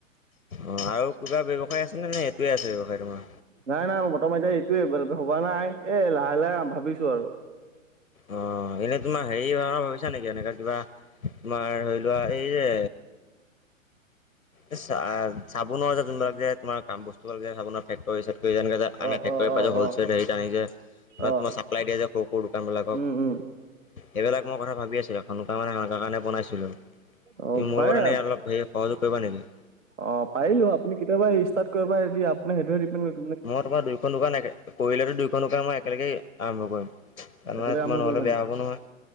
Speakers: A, on the left; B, on the right.
A: অ আৰু কিবা ব্যৱসায় আছেনেে নে সেইটোয়ে আছে ব্যৱসায় তোমাৰ
B: নাই নাই ম বৰ্তমান এতিয়া এইটোয়ে ভবা নাই এই লাহে লাহে ভাবিছো আৰু
A: অ এনেই তোমাৰ হেৰি হয় ভাবিছা নেকি এনেককাা কিবা তোমাৰ ধৰি লোৱা এই যে এ চাবোনৰ যে যোনবিলাক যে তুমাৰ কাম বস্তুবাক যে চাবোনৰ ফেকটৰ কৰিনে আ
B: অ
A: ফেক্ৰী
B: অ অ
A: পাই হলেল
B: অ
A: হেৰিত আনি যে বা
B: অ
A: তোমাৰ চাপ্লাই দিয়া যে সৰু সৰু দোকান বিলাকক
B: উম উম
A: এইেইবিলাক মই কথা ভাবি আছিলো স মানে সেনে কাৰণে বনাইছিলো
B: অ
A: তুমি মোৰ
B: পাৰে
A: লগত এনে অলপ সেৰি সহযোগ কৰিবা নেকি
B: অ পাৰিলো আপুনি কেতিয়াবা ষ্টাৰ্ কৰিবা এ আপু সেইটোেিপে
A: মই তোমাৰ দুইখন দোকানে কৰিলেতো দুইখন দোকান মই একেলগে আৰম্ভ কৰিম তাৰমানে
B: একেলগে
A: তোমাৰ
B: আৰম্ভ
A: নহ'লে
B: কৰিবা
A: বেয়া
B: নেকি
A: হ'ব নহয়,